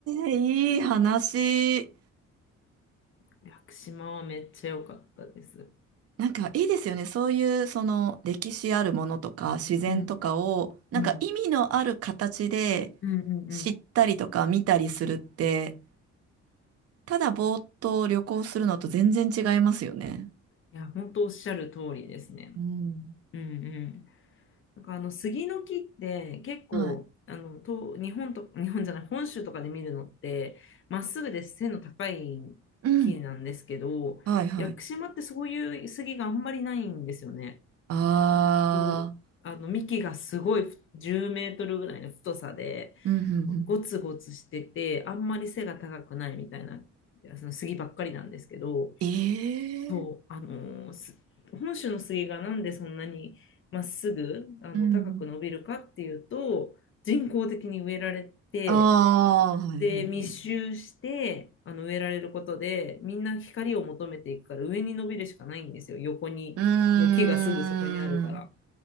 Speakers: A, on the right; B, on the left.
A: いい話。
B: 屋久島はめっちゃ良かったです。
A: なんかいいですよね。そういうその歴史あるものとか自然とかをなんか意味のある形で
B: うんうん、うんうんうん。
A: 知ったりとか見たりするって
B: い
A: ただぼーっと旅行するのと全然違いますよね。
B: や、本当おっしゃる通りですね。
A: うん。
B: うんうん。なんかあの杉の木って結構あのと日本と日本じゃない本州とかで見るのってまっすぐで背の高い木なんですけど屋久島ってそういう杉があんまりないんですよね。
A: はい。うん。はいはい。あー。
B: うんとあの幹がすごい10メートルぐらいの太さで
A: うんうんう
B: ゴツゴツしててあんまり背が高くないみたいなその杉ばっかりなんですけど。
A: ん。えー。
B: そう、あのーす本州の杉がなんでそんなにまっすぐあの高く伸びるかっていうと人工的に植えられて
A: うん。あー。はいはいはい。
B: で密集してあの植えられることでみんな光を求めていくから上に伸びるしかないんですよ横にもう木がすぐそこにあるから
A: うーん。